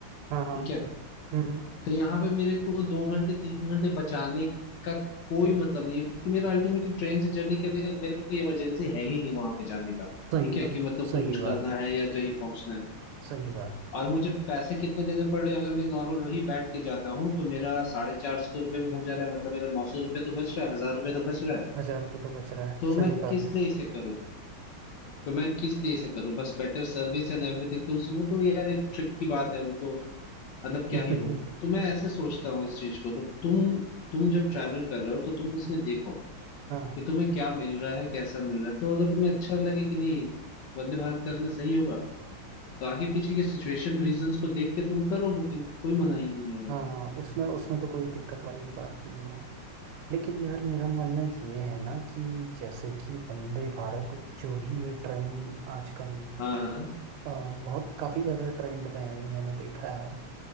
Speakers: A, on the right; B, on the left.
A: हाँ हाँ
B: ठीक है
A: हम्म हम्म,
B: तो यहाँ पे मेरे को दो घंटे तीन घंटे बचाने का कोई मतलब नहीं है क्योंकि मेरा अल्टीमेटली ट्रेन से जर्नी करने का मेरा कोई इमरजेंसी है ही नहीं वहां पे जाने का
A: सही
B: ठीक है
A: बात
B: कि मतलब
A: सही
B: कुछ
A: बात
B: करना है या जल्दी पहुंचना है
A: सही बात
B: और मुझे पैसे कितने देने पड़ रहे हैं अगर मैं नॉर्मल वही बैठ के जाता हूँ तो मेरा साढ़े चार सौ रुपये में हो जा रहा है मतलब मेरा नौ सौ रुपये तो बच रहा है हजार रुपये तो बच रहा है
A: हजार रुपये तो बच रहा है
B: तो
A: सही
B: मैं
A: बात
B: किस लिए इसे करूँ तो मैं किस लिए इसे करूँ बस बेटर सर्विस एंड एवरीथिंग तो उस- वो तो यार एक ट्रिप की बात है वो तो मतलब क्या
A: <laughs>
B: ही बोलूं तो मैं ऐसे सोचता हूँ इस चीज को तो तुम तुम जब ट्रैवल कर रहे हो तो तुम इसमें देखो
A: हाँ
B: कि तुम्हें क्या मिल रहा है कैसा मिल रहा है तो अगर तुम्हें अच्छा लगे कि नहीं वंदे भारत करना सही होगा तो आगे पीछे के सिचुएशन रीजंस को देख के तुम करो बुकिंग कोई मना ही नहीं है
A: हाँ हाँ उसमें उसमें तो कोई दिक्कत वाली ही बात नहीं है लेकिन यार मेरा मानना ये है ना कि जैसे कि वंदे भारत जो भी ये ट्रेन आजकल
B: हाँ हाँ
A: अ, बहुत काफ़ी ज़्यादा ट्रेंड में है ये मैंने देखा है